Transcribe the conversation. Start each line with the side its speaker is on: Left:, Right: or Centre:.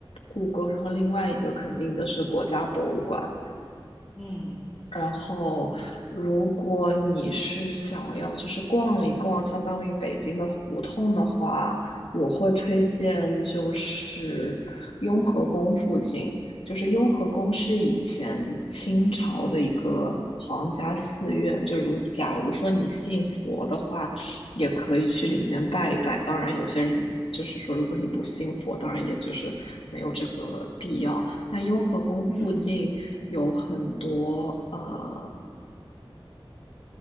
Left: 故宫，然后另外一个肯定就是国家博物馆。
Centre: 嗯
Left: 然后，如果你是想要就是逛一逛，相当于北京的胡同的话，我会推荐就是雍和宫附近。就是雍和宫是以前清朝的一个皇家寺院，就如假如说你信佛的话，也可以去里面拜一拜。
Centre: 嗯
Left: 当然，有些人就是说，如果你不信佛，当然也就是没有这个必要。那雍和宫附近有很多呃，
Centre: 嗯